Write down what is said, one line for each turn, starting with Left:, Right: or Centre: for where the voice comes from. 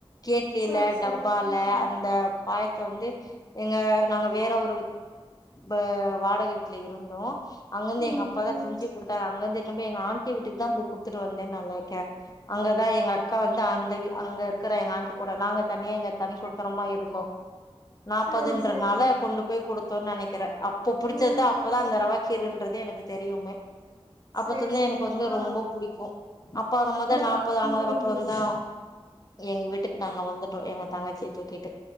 Left: கேட்லில
Right: சேரி சேரி
Left: டப்பால
Right: ம்
Left: அந்த பாய வந்து எங்க நாங்க வேற ஒரு ஒரு வாடகை வீட்ல இருந்தோம் அங்க இருந்து எங்க
Right: ம்
Left: அப்பாதா செஞ்சு கொடுத்தாங்க அங்கந்து எட்டுக்குனு போய் எங்க ஆண்டி வீக்கு தான் போய் குடு த்துட்டு வந்தே நல்லா இருக்கேன் அங்கதான் எங்க அக்கா வந்து அந்த அங்க இருக்கற எங்க ஆன்ண்டி கூட நாங்க தனியா எங்க தனி கொடுத்தனமா இருந்தோம் முப்பதுன்ற
Right: சேரி சேரி
Left: நால கொண்டு போய் கொடுத் து நினைக்கிறேன் அப்ப பிடிச்சதுதான்
Right: ம்
Left: அப்பதான் அந்த ரவா கீறுன்றதே எனக்கு தெரியுமே அப்பத்திருந்தே
Right: சேரி சேரி
Left: எனக்கு வந்து
Right: ஆ
Left: ரொம்ப பிடிக்கும் அப்பா ஆகும்போதே
Right: தா
Left: நாப்பது ஆனதுக்கு
Right: ம்
Left: அப்புறம் தான் எங்க வீட்டுக்கு நாங்க வந் தோம் எங்க தங்கச்சி தூக்கிட்டு